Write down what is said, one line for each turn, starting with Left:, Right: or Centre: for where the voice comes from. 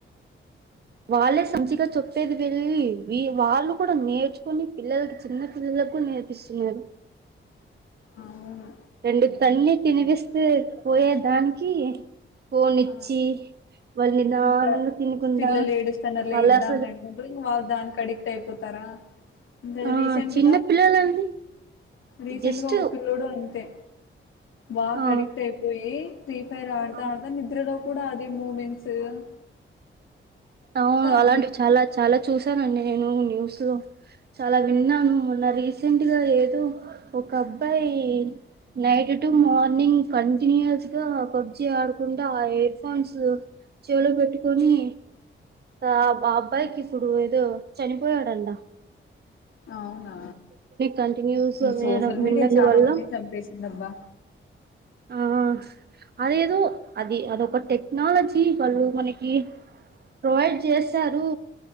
Right: వాళ్ళే సంచిగా చెప్పేది వెళ్ళి వాళ్ళు కూడా నేర్చుకుొని పిల్లలకి చిన్న పిల్లలకు కూడా నేర్పిస్తున్నారు
Left: అవును
Right: రెండు తన్ని తినిపిస్ పొయే దానికి ఫోన్ ఇచ్చి
Left: ఆ
Right: వాళ్ళు నిదానంగా
Left: ఇంకా
Right: తినకుండా
Left: పిల్లలు ఏడుస్తానలా
Right: వాళ్ళు
Left: ఇద్దాం
Right: అసలు
Left: అంటంట ఇంకా వాళ్ళు దానికి అడిక్ట్ అయిపోతారా ఇకా
Right: ఆ
Left: రీసెంట్గా
Right: చిన్న పిల్లలండి
Left: రీసెంట్
Right: జస్ట్
Left: గా ఒ పిల్లుడు అంతే బాగా
Right: ఆ
Left: అడిక్ట్ అయిపోయి ఫ్రీ ఫైర్ ఆడతా
Right: ఆ
Left: ఆడతా నిద్రలో కూడా అదే మూమెంట్స్ స
Right: అవును అలాంటివి
Left: అదే
Right: చాలా చాలా చూసానండి నేను న్యూస్ లో చాలా విన్నాను
Left: ఆ
Right: మొన్న రీసెంట్ సెంట్ గా ఏదో ఒకబ్బాయి నైట్ టు మార్నింగ్ కంటిన్యూస్ గా పబ్జి ఆడుకుంటా, ఆ ఎయిర్ ఫోన్స్ చేలో పెట్టుకొని ఆ
Left: హ్మ్.
Right: అబ్బాయికిప్పుడు చనిపోయాడండ
Left: అవునా
Right: కంటిన్యూస్ గా
Left: ఈ
Right: వినడం
Left: సోషల్
Right: విన్నందు
Left: మీడియా చాలా
Right: వల్ల
Left: మందిని చంపేసిందబ్బా
Right: ఆ అదేదో అది అదొక టెక్నాలజీ వాళ్ళు మనకి ప్రొవైడ్ చేశారు,